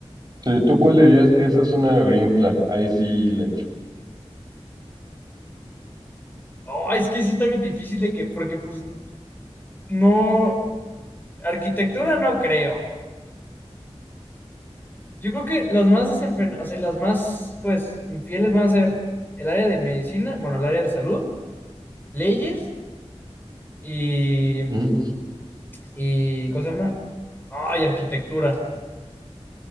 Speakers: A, on the right; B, on the left.
A: Sí, ¿tú cuál dirías? Esa es una green flag, ahí sí le entro.
B: No, es que sí está bien difícil de que, porque pues no, arquitectura no creo. Yo creo que las más desenfrenadas, o sea, las más, pues, infieles van a ser el área de medicina, bueno, el área de salud, leyes y,
A: Ujú.
B: y ¿cómo se llama? Ay, arquitectura.